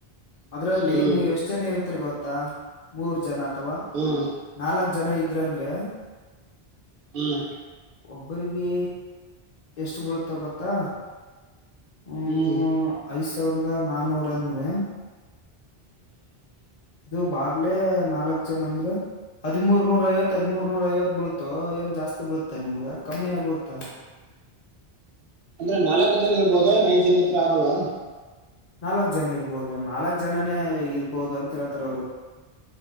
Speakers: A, on the left (about 45°); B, on the right (about 65°).
A: ಅದರಲ್ಲಿ
B: ಹ್ಮ್
A: ನೀವ ಎಷ್ಟ ಜನ ಇರ್ತಿರಿ ಗೊತ್ತಾ ಮೂರ್ ಜನ ಅಥವಾ
B: ಹ್ಮ್
A: ನಾಲಕ್ಕ ಜನ ಇದ್ರ ಅಂದ್ರೆ
B: ಹ್ಮ್
A: ಒಬ್ಬರಿಗೆ ಎಷ್ಟ ಬಿಳತ್ತ ಗೊತ್ತಾ ಹ್ಮ
B: ಹ್ಮ್
A: ಐದ್ ಸಾವರದ ನಾನೂರ ಅಂದ್ರೆ
B: <inaudible>
A: ಇದು ಬಾಗ್ಲೆ ನಾಲಕ್ಕ್ ಜನ ಅಂದ್ರೆ ಹದಿಮೂರ್ ನೂರಾ ಐವತ್ ಹದಿಮೂರ್ ನೂರ ಐವತ್ ಬೀಳುತ್ತೋ ಏನ್ ಜಾಸ್ತಿ ಬೀಳತ್ತಾ ನಿಮ್ಗ ಕಮ್ಮಿನೇ ಬೀಳುತ್ತ.
B: ಅಂದ್ರ ನಾಲಕ್ಕ್ ಜನ ಇರ್ಬೋದ ಏನ್ ಐದ ಜನ ಇದ್ರೆ ಆಗಲ್ವಾ.
A: ನಾಲಕ್ಕ್ ಜನ ಇರ್ಬೋದು ನಾಲಕ್ಕ್ ಜನನೇ ಇರ್ಬೋದು ಅಂತ ಹೇಳ್ತಾರ ಅವ್ರು.